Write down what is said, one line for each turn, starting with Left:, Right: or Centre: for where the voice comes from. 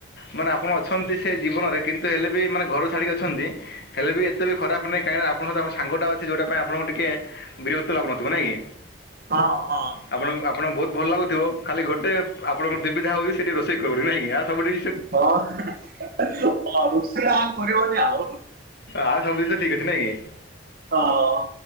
Left: ମାନେ ଆପଣ ଅଛନ୍ତି ସେ ଜୀବନରେ କିନ୍ତୁ ହେଲେ ବି ମାନେ ଘର ଛାଡିକି ଅଛନ୍ତି ହେଲେ ବି ଏତେ ବି ଖରାପ ନାଇ କାହିଁକିନା ଆପଣଙ୍କ ତ ଆପଣ ସାଙ୍ଗ ଟା ଅଛି ଯୋଉଟା ପାଇଁ ଆପଣ କୁ ଟିକେ ବିରକ୍ତ ଲାଗୁନଥିବ ନାଇଁ କି?
Right: ହଁ ହଁ
Left: ଆପଣଙ୍କ ଆପଣ ବହୁତ ଭଲ ଲାଗୁଥିବ ଖାଲିଗୋଟେ ଆପଣଙ୍କର ଦିବିଧା ହଉଛି, ସେଠି ରୋଷେଇ କରିବ ବୋଲି ନିାଇଁ କି? ଆଉ ସବୁଠି
Right: ହଁ <unintelligible> ରୋଷେଇ ଆ କରିବନି ଆଉ।
Left: ଆଉ ସବୁ ଜିନିଷ ଠିକ ଅଛି ନାଇଁ କି?
Right: ହଁ।